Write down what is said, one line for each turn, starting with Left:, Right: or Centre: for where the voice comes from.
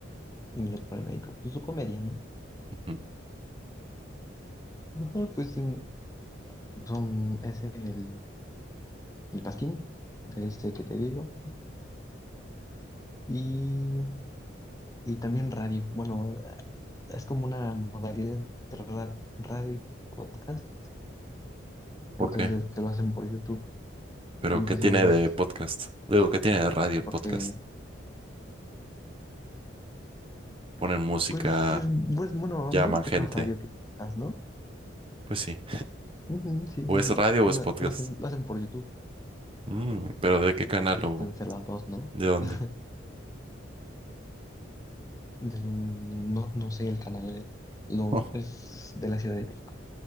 Left: y le ponen ahí como, pues, su comedia, ¿no?
Right: Ujú.
Left: Ajá, pues en- son, es el, el Pasquín, este que te digo. Y, y también radio. Bueno, es como una modalidad entre ra- radio y podcast,
Right: ¿Por
Left: entonces
Right: qué?
Left: que lo hacen por YouTube.
Right: Pero,
Left: Entonces
Right: ¿qué tiene
Left: es
Right: de podcast? Digo, ¿qué tiene de radio el
Left: porque,
Right: podcast? Ponen música,
Left: pues, es- pues bueno,
Right: llaman
Left: yo creo
Right: gente,
Left: que es más radio que podcast, ¿no?
Right: pues sí.
Left: Ujú, sí,
Right: O
Left: sí,
Right: es
Left: sí.
Right: radio o
Left: Bueno,
Right: es podcast.
Left: lo hacen, lo hacen por YouTube,
Right: Mm, pero ¿de qué canal
Left: pues
Right: o
Left: pueden ser las dos, ¿no?
Right: de dónde?
Left: <laughs> Entonces, mm, no, no sé el canal, es- lo,
Right: <laughs>
Left: es de la Ciudad de México.